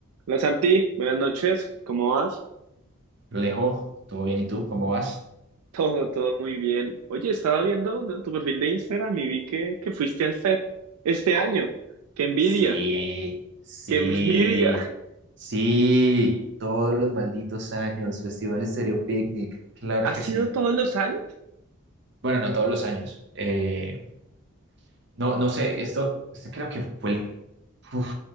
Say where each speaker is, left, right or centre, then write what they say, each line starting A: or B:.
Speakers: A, on the right; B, on the right.
A: Hola Santi, buenas noches, ¿cómo vas?
B: Alejo, ¿todo bien? ¿Y tú? ¿Cómo vas?
A: Todo, todo muy bien. Oye, estaba viendo ¿no? tu perfil de Instagram y vi que, que fuiste al FEP este año. ¡Qué envidia!
B: Sí, sí,
A: ¡Qué envidia!
B: sí, todos los malditos años, Festival Estéreo Picnic, claro
A: ¿Ha
B: que
A: sido
B: sí.
A: todos los años?
B: Bueno, no todos los años. Eh, no, no sé, esto, este creo que fue el, uf,